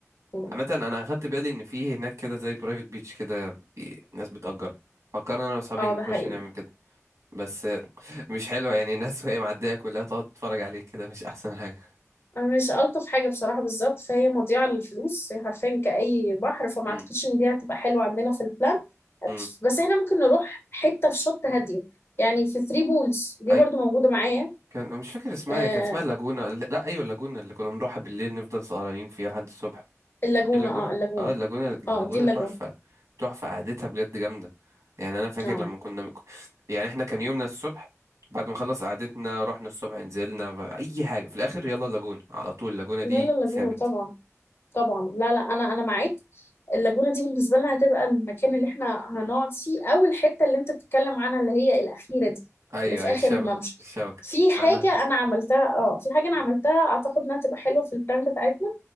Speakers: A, on the left; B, on the right.
A: مم.
B: عامة انا اخدت بالي ان في هناك كده زي برايفت بيتش كده في ناس بتأجر فكرنا انا واصحابي
A: اه
B: نخش
A: ده حقيقي
B: نعمل كده بس مش حلوة يعني الناس وهي معدية كلها تقعد تتفرج عليك كده مش احسن حاجة
A: انا مش الطف حاجة بصراحة بالظبط فهي مضيعة للفلوس هي حرفيا كأي بحر فما
B: امم
A: اعتقدش ان دي هتبقى حلوة عندنا في البلان
B: امم
A: بس احنا ممكن نروح حتة في شط هادية يعني في ثري بولز دي
B: اي
A: برضو موجودة معايا
B: كان مش فاكر اسمها
A: آه
B: هي كانت اسمها اللاجونة لا ايوه اللاجونة اللي كنا بنروحها بالليل نفضل سهرانين فيها لحد الصبح
A: اللاجونة
B: ايه اللاجونة
A: اه اللاجونة
B: اه اللاجونة اللاجونة
A: اه دي اللاجونة
B: تحفة تحفة قعدتها بجد جامدة يعني انا فاكر
A: اه
B: لما كنا يعني احنا كان يومنا الصبح بعد ما خلص قعدتنا رحنا الصبح نزلنا ف- اي حاجة في الاخر يلا اللاجونة على طول اللاجونة
A: لا
B: دي
A: لا اللاجونة
B: ثابت
A: طبعا طبعا لا لا انا انا معاك اللاجونه دي بالنسبه لنا هتبقى المكان اللي احنا
B: مم.
A: هنقعد فيه او الحته اللي انت بتتكلم عنها اللي هي الاخيره دي
B: ايوه
A: اللي في
B: ايوه
A: اخر
B: الشبكة
A: الممشى
B: الشبكة
A: في حاجه
B: ما احنا
A: انا عملتها اه في حاجه انا
B: مم.
A: عملتها اعتقد انها تبقى حلوه في البلان بتاعتنا